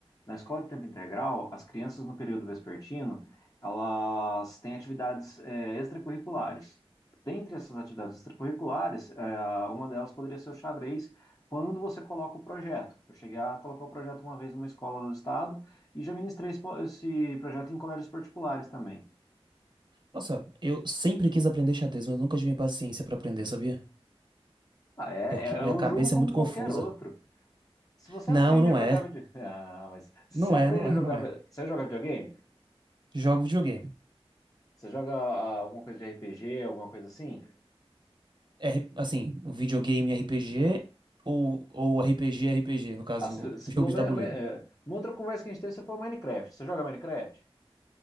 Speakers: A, on the left (about 35°); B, on the right (about 45°).
A: Na escola de tempo integral, as crianças no período vespertino, elas têm atividades eh, extracurriculares. Dentre essas atividades extracurriculares, eh, uma delas poderia ser o xadrez, quando você coloca o projeto. Eu cheguei a colocar o projeto uma vez numa escola do estado e já ministrei esse po- esse projeto em colégios particulares também.
B: Nossa, eu sempre quis aprender xadrez, mas nunca tive paciência pra aprender, sabia?
A: Ah, é,
B: Porque
A: é
B: minha
A: é um
B: cabeça
A: jogo como
B: é muito
A: qualquer
B: confusa.
A: outro. Se você
B: Não,
A: aprende
B: não
A: a jogar
B: é.
A: video... <laughs> Ah, mas se
B: Não
A: você aprende
B: é, não é,
A: a jogar,
B: não é.
A: vi- você joga videogame?
B: Jogo videogame.
A: Você joga ah, alguma coisa de RPG, alguma coisa assim?
B: R, assim, videogame RPG ou, ou RPG RPG, no caso,
A: Ah, você, você
B: jogo
A: falou, ma-
B: de tabuleiro.
A: ma- é, numa outra conversa que a gente teve, você falou Minecraft. Você joga Minecraft?